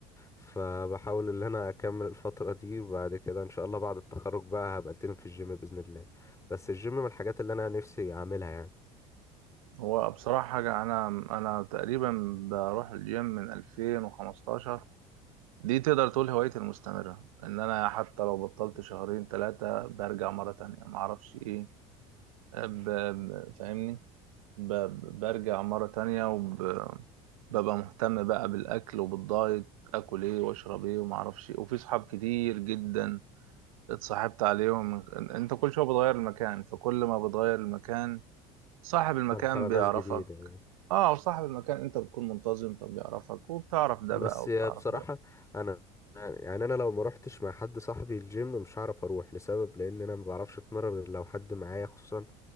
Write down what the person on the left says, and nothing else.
فبحاول ان انا اكمل الفترة دي وبعد كده ان شاء الله بعد التخرج بقى هبقى التزم في الجيم بإذن الله بس الجيم من الحاجات اللي انا نفسي اعملها يعني
اتعرف على ناس
جديدة
بس
بصراحة
انا يعني انا لو ما روحتش مع حد صاحبي الجيم مش هعرف اروح لسبب لان انا ما بعرفش اتمرن غير لو حد معايا خصوصا